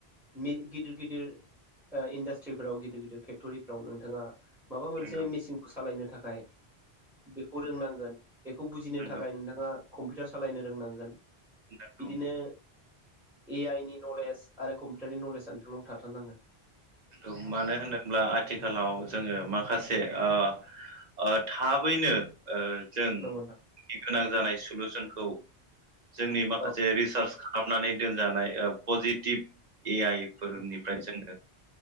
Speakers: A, in the centre; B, on the right (about 45°).
A: मि गिदिर गिदिर ओ इन्डारस्ट्रिफ्राव गिदिर गिदिर फेक्टरिफ्राव नोंथाङा माबा मोनसे
B: नोंगौ
A: मेसिनखौ सालायनो थाखाय बेखौ रोंनांगोन बेखौ बुजिनो
B: नंगौ
A: थाखाय नोंथाङा कम्पिउटार सालायनो रोंनांगोन।
B: नंगौ
A: बिदिनो ए आइ नि नलेज आरो कम्पिउटारनि नलेजआ नोंथांनाव थाथार नांगोन।
B: औ मानो होनोब्ला आथिखालाव जोङो माख खासे ओ ओ थाबैनो ओ जों
A: नंगौ
B: गि गोनां जानाय सुलुजोनखौ जोंनि
A: नोंथां
B: माखासे रिसार्च खालामनानै दोनजानाय ओ पजिटिभ ए आइ फोरनिफ्राय
A: औ
B: जोङो